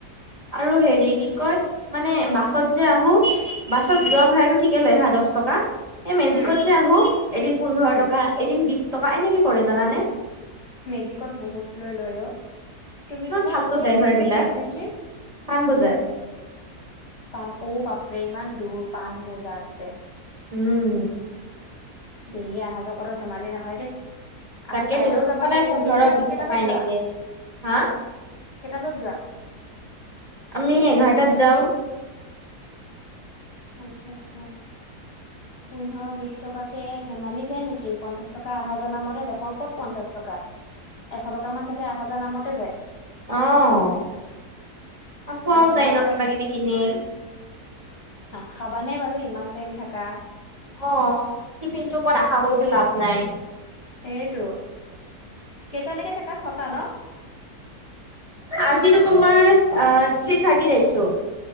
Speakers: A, on the right; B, on the left.
A: আৰু হেৰি কি কয় মানে বাছত যে আহো বাছত
B: উম
A: যোৱা ভাড়াটো ঠিকে লয় হা দচ টকা এই মেজিকত
B: উম
A: যে আহো এদিন পোন্ধৰ
B: উম
A: টকা এদিন বিশ টকা এনেকে কৰে জানানে
B: মেজিকত বহুত লৈ লয় অ' তুমি
A: ইমান
B: তোমাৰ
A: ফাল্টু
B: ক'ত
A: ড্ৰাইভাৰ
B: বুলি কৈছিলা
A: বিলাক
B: ইন্টাৰ্নশিপ
A: পাণবজাৰ
B: পাণ অ' বাপৰে ইমান দূৰ পাণ বজাৰতে
A: উম
B: দেইলি আহা যোৱা কৰা ধেমালি নহয় দেই
A: তাকেতো
B: আকৌ কাইলৈও যাব
A: সদায়
B: লাগিল
A: পোন্ধৰ
B: কেতিয়া
A: বিশ
B: কেইটা
A: টকা
B: বজাত
A: এনেকে
B: যোৱা
A: হা
B: কেইটা বজাত যোৱা
A: আমি এঘাৰটাত যাওঁ
B: আচ্ছা আচ্ছা
A: <inaudible>
B: পোন্ধৰ বিশ টকাকে ধেমালি যায় নেকি পঞ্চাশ টকা আহাযোৱা নামতে যায় ক'ত পঞ্চাশ টকা এশ টকামান চাগে আহাযোৱা নামতে যায়
A: অ', খোৱাও
B: নাই
A: যায় ন
B: এটা
A: কিবা কিবি কিনি
B: খাবা নে বাৰু ইমান টাইম থাকা
A: অ', টিফিন টো ওপৰত আশা কৰিতো লাভ নাই
B: সেইটো কেইটালৈকে থাকা ছটা ন?
A: আজিতো তোমাৰ থ্ৰি থাৰ্টিত আহিছো।